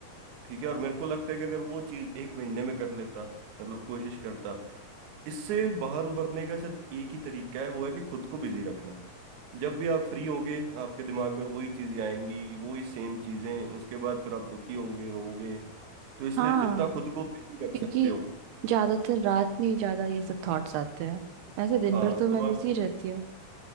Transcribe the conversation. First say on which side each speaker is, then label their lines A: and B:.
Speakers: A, on the right; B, on the right.
A: ठीक है और मेरे को लगता है कि अगर वो चीज एक महीने में कर लेता मतलब कोशिश करता इससे बाहर उबरने का सिर्फ एक ही तरीका है वो है कि खुद को बिजी रखना जब भी आप फ्री होगे आपके दिमाग में वही चीजें आएंगी वही सेम चीजें उसके बाद फिर आप दुखी होगे रोओगे तो इसलिए
B: हाँ
A: जितना खुद को बिजी रख
B: क्योंकि
A: सकते हो
B: ज्यादातर रात में ही ज्यादा ये सब थॉट्स आते हैं वैसे दिन
A: हाँ
B: भर तो मैं
A: तो मैं
B: बिजी
A: आपको
B: रहती हूँ